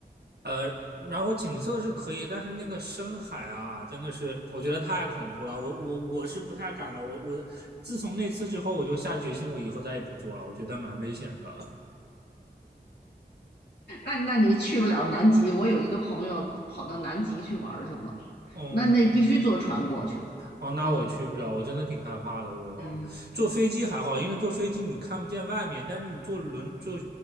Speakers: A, on the right (about 75°); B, on the left (about 85°).
A: 呃，然后景色是可以，但是那个深海啊，真的是我觉得太恐怖了。我我我是不太敢的。我我自从那次之后，我就下决心，我以后再也不坐了。我觉得蛮危险的。
B: 那那你去不了南极。我有一个朋友跑到南极去玩儿去了，
A: 嗯。
B: 那那必须坐船过去。
A: 哦，那我去不了，
B: 嗯
A: 我真的挺害怕的。我坐飞机还好，
B: 嗯，
A: 因为坐飞机你看不见外面，但是你坐轮坐